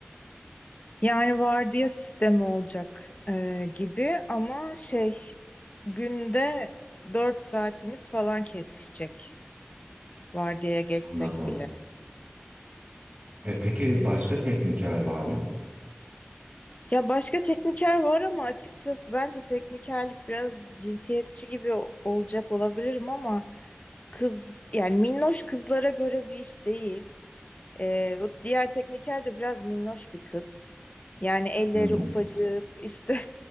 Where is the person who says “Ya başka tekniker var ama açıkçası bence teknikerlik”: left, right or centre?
Left